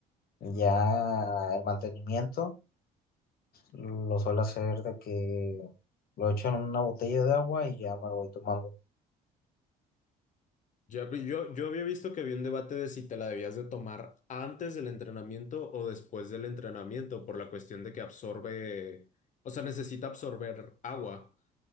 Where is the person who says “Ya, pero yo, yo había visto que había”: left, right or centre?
Left